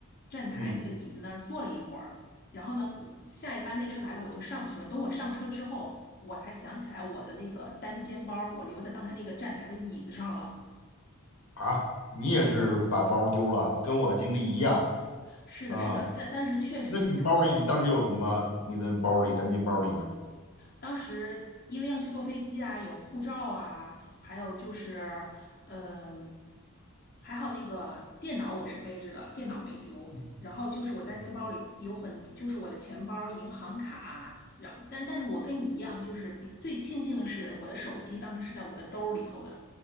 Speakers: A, on the left (about 45°); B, on the left (about 80°).
A: 站台那个椅子那儿坐了一会儿，
B: 嗯
A: 然后呢，我下一班列车来了，我就上去了。等我上车之后，我才想起来我的那个单肩包儿我留在刚才那个站台的椅子上了。
B: 啊，你也是把包丢了，跟我经历一样
A: 是的，
B: 啊。
A: 是的，但但是确实就是我
B: 那你包里当时有什么？你的包里单肩包里面？
A: 当时因为要去坐飞机啊，有护照啊，还有就是，嗯、还好那个电脑我是背着的，电脑没丢。
B: 嗯
A: 然后就是我单肩包里有很，
B: 嗯
A: 就是我的钱包、银行卡。然但但是我跟你一样，就是比最庆幸的是我的手机当时是在我的兜儿里头的，